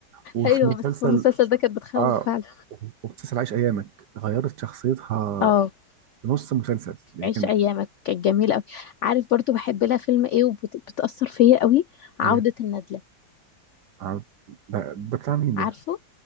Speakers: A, on the right (about 75°); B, on the left (about 80°).
A: وفي
B: ايوه
A: مسلسل
B: بس في المسلسل ده كانت بتخوف
A: اه
B: فعلا
A: وفي مسلسل عايش ايامك غيرت شخصيتها
B: اه
A: نص مسلسل هي
B: عيش
A: كانت
B: ايامك كانت جميله قوي عارف برضو بحب لها فيلم ايه وبتاثر فيا قوي عوده
A: ايه
B: الندله
A: عارف- ده ده بتاع مين
B: عارفه
A: ده؟